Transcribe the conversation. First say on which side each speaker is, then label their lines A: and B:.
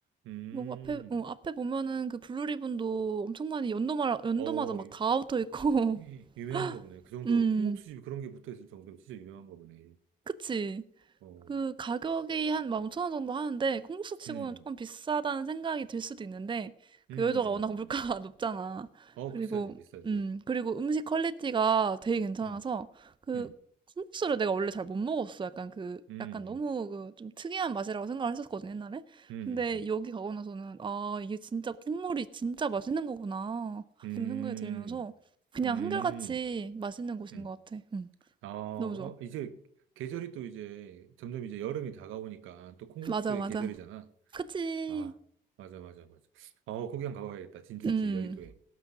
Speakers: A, on the right; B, on the right.
A: 음.
B: 뭐, 앞에, 어, 앞에 보면은 그 블루리본도 엄청 많이 연도마, 연도마다
A: 어,
B: 막 다 붙어 있고,
A: 유- 유명한가 보네.
B: <laughs>
A: 그 정도
B: 음,
A: 콩국수집 그런 게 붙어 있을 정도면 진짜 유명한가 보네.
B: 그치.
A: 어,
B: 그 가격이 한 15,000원 정도 하는데 콩국수 치고는
A: 음,
B: 조금 비싸다는 생각이 들 수도 있는데 그
A: 음,
B: 여의도가 워낙 물가가
A: 음.
B: <laughs> 높잖아.
A: 어,
B: 그리고
A: 비싸지, 비싸지.
B: 음 그리고 음식 퀄리티가 되게 괜찮아서
A: 음,
B: 그
A: 음,
B: 콩국수를 내가 원래 잘 못 먹었어. 약간 그
A: 음,
B: 약간 너무
A: 음,
B: 그 좀 특이한 맛이라고 생각을 했었거든 옛날에.
A: 음,
B: 근데 여기 가고 나서는 아 이게 진짜 국물이 진짜 맛있는 거구나
A: 음,
B: 이런 생각이 들면서 그냥
A: 음,
B: 한결같이
A: 음,
B: 맛있는 곳인
A: 음.
B: 것 같아. 음
A: 아, 어,
B: 너무 좋아.
A: 이제 계절이 또 이제 점점 이제 여름이 다가오니까 또 콩국수의
B: 맞아 맞아.
A: 계절이잖아.
B: 그치.
A: 아, 맞아, 맞아, 맞아. 아, 어, 거기 한번 가봐야겠다. 진주집
B: 음,
A: 여의도에.